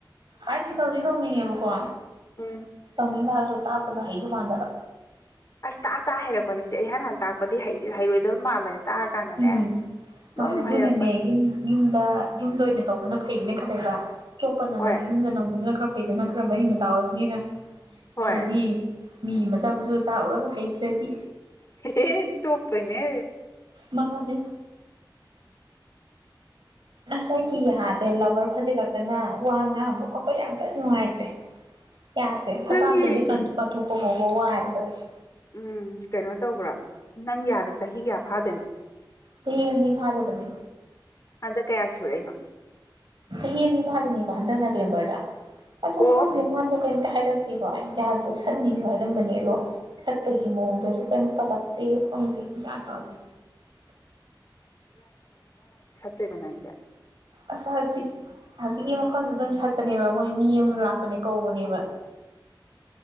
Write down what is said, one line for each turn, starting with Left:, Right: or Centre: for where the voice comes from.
Right: ꯑꯩꯗꯤ ꯇꯧꯗꯤ ꯇꯧꯅꯤꯡꯉꯦꯕꯀꯣ
Left: ꯎꯝ
Right: ꯇꯧꯅꯤꯡ ꯇꯔꯁꯨ ꯇꯥꯛꯄꯗꯣ ꯍꯩꯗꯧ ꯃꯥꯟꯗꯕ
Left: ꯑꯁ ꯇꯥꯑ ꯇꯥꯑ ꯍꯩꯔꯛꯄꯅꯤꯁꯦ ꯏꯍꯥꯟ ꯍꯥꯟꯅ ꯇꯥꯛꯄꯗꯤ ꯍꯩꯔꯣꯏꯗꯕ ꯃꯥꯟꯕꯅꯦ ꯇꯥꯛꯑꯀꯥꯟꯗꯅꯦ
Right: ꯎꯝ
Left: ꯑꯗꯨꯝ
Right: ꯃꯥꯗ ꯑꯗꯨꯅꯅꯦ
Left: ꯍꯩꯔꯛꯄꯅꯦ
Right: ꯌꯨꯝ ꯌꯨꯝꯗ ꯌꯨꯝꯗ ꯑꯣꯏꯅ ꯇꯧꯕꯅ ꯐꯩꯅ ꯈꯜꯂꯦꯕ ꯑꯇꯣꯞꯄ ꯅꯪꯉꯁꯨ
Left: ꯍꯣꯏ
Right: ꯌꯨꯝꯗ ꯅꯪꯕꯗꯨꯅ ꯈꯔ ꯐꯩꯗꯅ ꯈꯔ ꯃꯔꯤ ꯃꯇ ꯇꯥꯔꯅꯤꯅ
Left: ꯍꯣꯏ
Right: ꯁꯤꯗꯗꯤ ꯃꯤꯒꯤ ꯃꯆꯥ ꯃꯁꯨ ꯇꯥꯛꯎꯔꯒ ꯍꯩꯇ꯭ꯔꯗꯤ
Left: ꯍ ꯆꯣꯄ ꯇꯣꯏꯅꯦ
Right: ꯃꯅꯦ ꯑꯁ ꯑꯩꯒꯤ ꯌꯥꯁꯦ ꯂꯕꯔ ꯐꯖꯤꯜꯂꯛꯇꯅ ꯋꯥ ꯉꯥꯡꯕ ꯈꯣꯠꯄꯁꯦ ꯌꯥꯝ ꯀꯟ ꯅꯨꯡꯉꯥꯏꯇ꯭ꯔꯦ ꯌꯥꯁꯦ ꯍꯛꯀꯥꯝ
Left: ꯅꯪꯒꯤ
Right: ꯆꯟꯕꯩ ꯀꯊꯣꯛꯄꯐꯥꯎ ꯋꯥꯔꯦ ꯇꯧꯔꯤꯁꯦ
Left: ꯎꯝ ꯀꯩꯅꯣ ꯇꯧꯕ꯭ꯔꯥ ꯅꯪ ꯌꯥꯗ ꯆꯍꯤ ꯀꯌꯥ ꯐꯥꯗꯣꯏꯅꯣ
Right: ꯆꯍꯤ ꯑꯅꯤ ꯐꯗꯧꯕꯅꯤ
Left: ꯍꯟꯗꯛ ꯀꯌꯥ ꯁꯨꯔꯛꯏꯅꯣ
Right: ꯆꯍꯤ ꯑꯅꯤ ꯐꯗꯣꯢꯅꯦ ꯍꯟꯗꯛ ꯅꯕꯦꯝꯕꯔ ꯗ ꯑꯗꯣ
Left: ꯑꯣ
Right: ꯈꯡꯗꯦ ꯀꯩꯝꯇ ꯍꯥꯏꯔꯛꯇꯦꯕ ꯌꯥꯗꯣ ꯁꯠꯅꯤꯁꯨ ꯍꯥꯏꯔꯝꯕꯅꯦ ꯑꯗꯣ ꯁꯠꯄꯒꯤ ꯃꯑꯣꯡꯗꯁꯨ ꯀꯩꯝ ꯄꯜꯂꯛꯇꯦ ꯈꯪꯗꯦ ꯒꯌꯥꯢꯟ ꯇꯥꯗꯦ
Left: ꯇꯣꯏ ꯅꯥꯏꯗꯦ
Right: ꯑꯁ ꯍꯖꯤꯛ ꯁꯤꯒꯤ ꯃꯐꯝꯁꯤ ꯑꯗꯨꯝ ꯁꯠꯄꯅꯦꯕ ꯃꯣꯏ ꯃꯤ ꯑꯃ ꯂꯥꯛꯄꯅꯦ ꯀꯧꯕꯅꯦꯕ